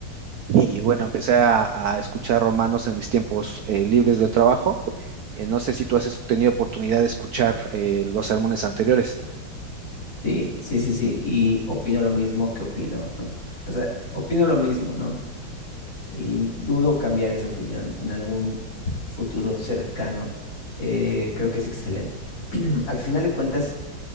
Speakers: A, on the right; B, on the left.
A: y bueno, empecé a, a escuchar romanos en mis tiempos eh, libres de trabajo. Eh, no sé si tú has tenido oportunidad de escuchar eh, los sermones anteriores.
B: Sí, sí, sí, sí, y opino lo mismo que opino. <laughs> O sea, opino lo mismo, ¿no? Y dudo cambiar esa opinión en algún futuro cercano. Eh, creo que es excelente. <clears throat> Al final de cuentas,